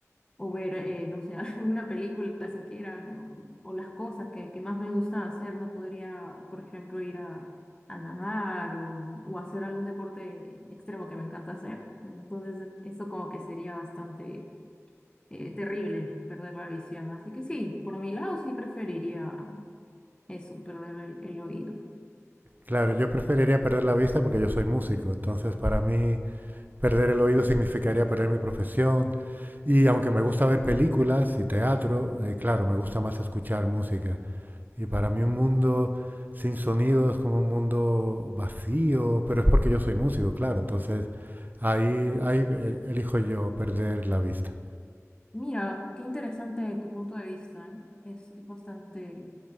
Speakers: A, on the left (about 15°); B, on the right (about 35°).
A: o ver, eh, no sé, <laughs> alguna película siquiera, ¿no? O las cosas que, que más me gustan hacer, no podría, por ejemplo, ir a, a nadar o, o hacer algún deporte extremo que me encanta hacer. Entonces, eso como que sería bastante eh, terrible perder la visión. Así que sí, por mi lado sí preferiría eso, perder el, el oído.
B: Claro, yo preferiría perder la vista porque yo soy músico, entonces para mí Perder el oído significaría
A: Ujú.
B: perder mi profesión. Y aunque me gusta ver películas y teatro, eh, claro, me gusta más escuchar música. Y para mí un mundo sin sonido es como un mundo vacío, pero es porque yo soy músico, claro. Entonces ahí, ahí eh, elijo yo perder la vista.
A: Mira, qué interesante tu punto de vista, ¿eh? Es, es bastante